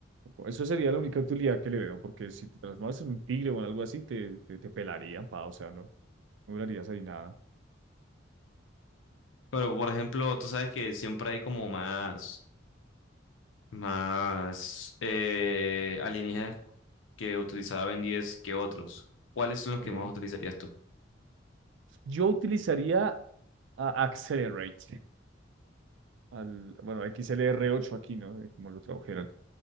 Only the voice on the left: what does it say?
Pero, por ejemplo, tú sabes que siempre hay como más. Más eh, alienígenas que utilizaba Ben 10 que otros. ¿Cuáles son los
que más utilizarías tú?